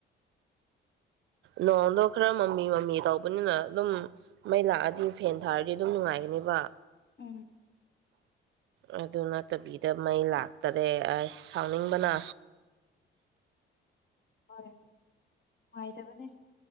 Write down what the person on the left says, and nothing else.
ꯎꯝ
ꯍꯣꯏ ꯅꯨꯡꯉꯥꯏꯇꯕꯅꯦ